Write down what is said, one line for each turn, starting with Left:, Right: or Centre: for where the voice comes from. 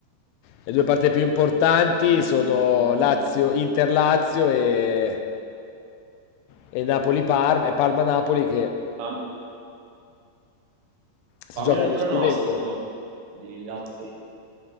Left: Le due parti più importanti sono Lazio, Inter Lazio e, e Napoli Parma e Parma Napoli che
Right: Fam-
Left: si
Right: Fammi
Left: gioca
Right: un
Left: allo
Right: pronostico
Left: scudetto.
Right: di Lazio